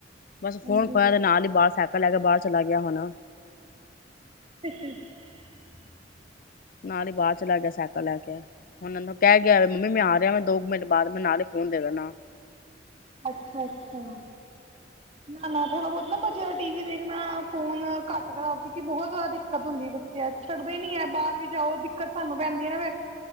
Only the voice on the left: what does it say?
ਬਸ
ਫੋਨ ਖੋਇਆ ਨਾਲ ਹੀ ਬਾਹਰ ਸਾਇ ਕਲ ਲੈ ਕੇ ਬਾਹਰ ਚਲਾ ਗਿਆ ਹੋਣਾ।
ਨਾਲ ਹੀ ਬਾਹਰ ਚਲਾ ਗਿਆ ਸਾਈਕਲ ਲੈ ਕੇ, ਹੁਣ ਮੈਨੂੰ ਕਹਿ ਗਿਆ ਮੰਮੀ ਮੈਂ ਆ ਰਿਹਾ ਵਾਂ ਦੋ ਕੁ ਮਿੰਟ ਬਾਅਦ ਮੈਂ, ਨਾਲ ਹੀ ਫੋਨ ਦੇ ਦੇਣਾ।